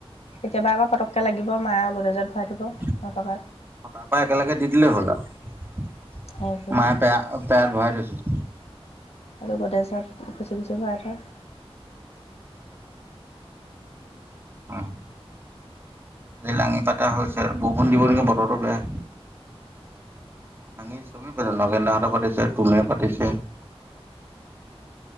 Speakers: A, on the left; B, on the right.
A: কেতিয়াবা আকৌ পতককে লাগিব মায় আও গদেজত ভৰাই থব
B: তাৰ
A: নথকা
B: পৰা একেলগে দি দিলেই হ'ল আও <inaudible>
A: হেৰি কৰি
B: মায়ে পেয়া অ পেয়াত ভৰাই থৈছে
A: আৰু গদ্ৰেছত খুচি খুচি ভৰাই থয়
B: অম আজি লাঙি পাতা হৈছে আৰু বৰষুণ দিব নেকি বতৰটো বেয়া লাঙি চবে পাতিছে, নগেন দাহঁতে পাতিছে, তুমে পাতিছে।